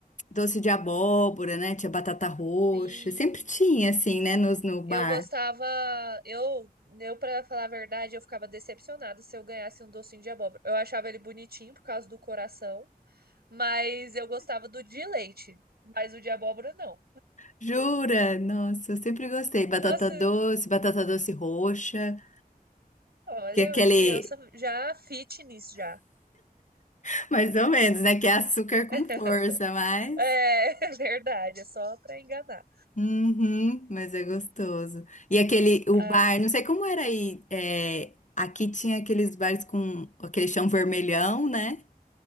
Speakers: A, on the left; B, on the right.
A: doce de abóbora, né? Tinha batata roxa.
B: Sim.
A: Sempre tinha, assim, né? Nos, no bar.
B: Eu gostava, eu, eu para falar a verdade, eu ficava decepcionada se eu ganhasse um docinho de abóbora. Eu achava ele bonitinho por causa do coração, mas eu gostava do de leite, mas o de abóbora não.
A: Jura? Nossa, eu sempre gostei. Batata
B: Nossa,
A: doce, batata doce roxa,
B: olha,
A: que é aquele,
B: criança já fitness já.
A: <laughs> mais ou menos, né? Que é açúcar
B: <laughs>
A: com força, mas.
B: É, <laughs> verdade, é só para enganar.
A: Uhum, mas é gostoso. E aquele, o
B: Ah,
A: bar, não sei como era aí. é, aqui tinha aqueles bares com aquele chão vermelhão, né?